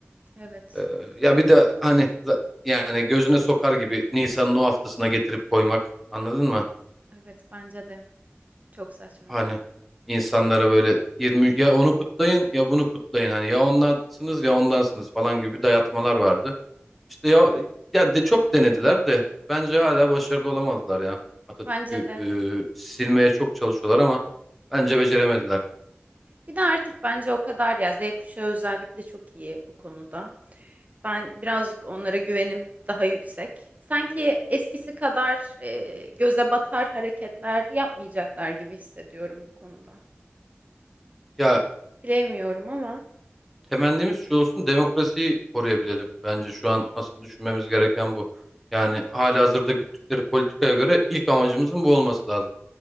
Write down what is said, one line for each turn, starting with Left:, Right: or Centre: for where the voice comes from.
Right: Evet.
Centre: E, ya bir de hani za- yani gözüne sokar gibi Nisan'ın o haftasına getirip koymak. Anladın mı?
Right: Evet bence de. Çok saçma.
Centre: Hani insanlara böyle 20 ya onu kutlayın ya bunu kutlayın hani ya onlansınız ya ondansınız falan gibi dayatmalar vardı. İşte ya ya de çok denediler de bence hala başarılı olamadılar ya. Atatürk'ü
Right: Bence de.
Centre: e, silmeye çok çalışıyorlar ama bence beceremediler.
Right: Bir de artık bence o kadar ya Z kuşağı özellikle çok iyi bu konuda. Ben birazcık onlara güvenim daha yüksek. Sanki eskisi kadar e, göze batar hareketler yapmayacaklar gibi hissediyorum bu konuda.
Centre: Ya
Right: Bilemiyorum ama
Centre: temennimiz şu olsun demokrasiyi koruyabilelim. Bence şu an asıl düşünmemiz gereken bu. Yani halihazırda güttükleri politikaya göre ilk amacımızın bu olması lazım.